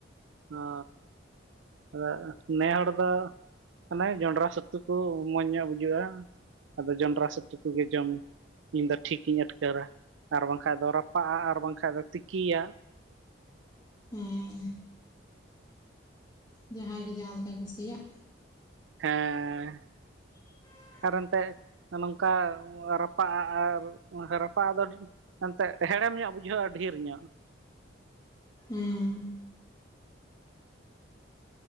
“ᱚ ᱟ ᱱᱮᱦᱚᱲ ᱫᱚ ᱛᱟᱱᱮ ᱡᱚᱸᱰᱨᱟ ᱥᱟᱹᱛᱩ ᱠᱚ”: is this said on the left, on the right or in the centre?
Right